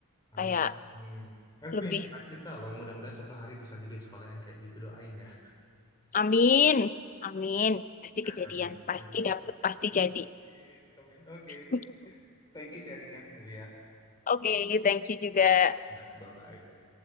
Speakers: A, on the left (about 20°); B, on the left (about 35°).
A: Amin.
B: kayak
A: Aku
B: lebih
A: punya cita-cita loh, mudah-mudahan suatu hari bisa bikin sekolah yang kayak gitu, doain ya.
B: amin. Amin. Pasti
A: <laughs>
B: kejadian,
A: Amin.
B: pasti
A: Iya,
B: dapet,
A: oke,
B: pasti
A: oke, amin.
B: jadi.
A: Amin. Oke.
B: <laughs>
A: Thank you sharingnya, Melia.
B: Oke, thank you juga.
A: Ya, bye-bye.